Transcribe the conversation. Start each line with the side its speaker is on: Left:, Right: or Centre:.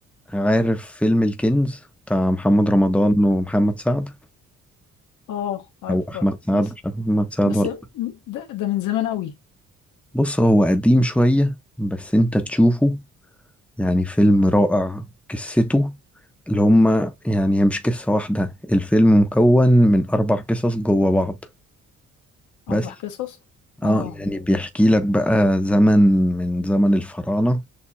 Centre: عارف فيلم الكنز بتاع محمد رمضان ومحمد سعد
Left: اه عارف
Centre: او احمد
Left: بقى.
Centre: سعد
Left: بس
Centre: مش عارف احمد سعد
Left: بس
Centre: ولا
Left: ده, ده من زمان قوي
Centre: بص هو قديم شوية بس انت تشوفه يعني فيلم رائع قصته اللي هما يعني هي مش قصة واحدة الفيلم مكون من اربع قصص جوا بعض بس
Left: اربع قصص
Centre: اه
Left: اه
Centre: يعني بيحكي لك بقى زمن من زمن الفراعنة